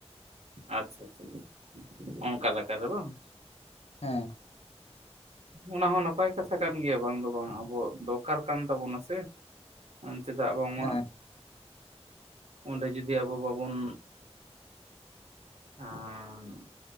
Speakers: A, on the right; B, on the left.
A: ᱟᱼᱪᱪᱷᱟ, ᱪᱪᱷᱟ, ᱪᱷᱟ ᱚᱱᱠᱟ ᱞᱮᱠᱟ ᱨᱮ ᱵᱟᱝ?
B: ᱦᱮᱸᱻ ᱾
A: ᱚᱱᱟ ᱦᱚ, ᱱᱟᱯᱟᱭ ᱠᱟᱛᱷᱟ ᱠᱟᱱ ᱜᱮᱭᱟ, ᱵᱟᱝ ᱫᱚ ᱵᱟᱝ, ᱟᱵᱚᱣᱟᱜ ᱫᱚᱨᱠᱟᱨ ᱠᱟᱱ, ᱛᱟᱵᱚᱱᱟ ᱥᱮ ᱾ ᱚᱱᱛᱮ, ᱫᱟᱜ ᱵᱟᱝ ᱢᱚᱻᱦᱟᱜ
B: ᱦᱮᱸ
A: ᱾ ᱚᱸᱰᱮ ᱡᱩᱫᱤ, ᱟᱵᱚ ᱵᱟᱵᱚᱱ, ᱟᱻᱜ ᱾